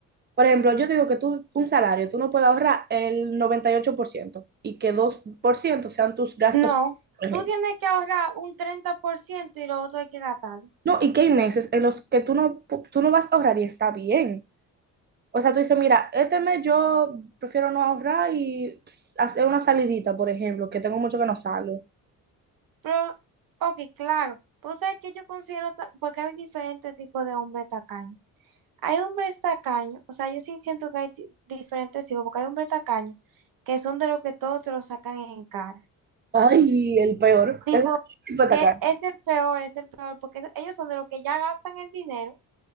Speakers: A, on the right; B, on the right.
A: por ejemplo, yo digo que tú un salario, tú no puedes ahorrar el noventa y ocho por ciento y que 2% sean tus gastos,
B: no.
A: por ejemplo.
B: Tú tienes que ahorrar un 30% y lo otro hay que gastarlo.
A: No, y que hay meses en los que tú no, tú no vas a ahorrar y está bien. O sea, tú dices, mira, este mes yo prefiero no ahorrar y ps, hacer una salidita, por ejemplo, que tengo mucho que no salgo.
B: Pero, ok, claro. Pues sabes que yo considero, ta- porque hay diferentes tipos de hombres tacaños. Hay hombres tacaños, o sea, yo sí siento que hay ti- diferentes tipos, porque hay hombres tacaños que son de los que todos te lo sacan en cara.
A: Ay, el peor.
B: Tipo,
A: Es el tipo de atacar.
B: Que es el peor, es el peor, porque eso- ellos son de los que ya gastan el dinero,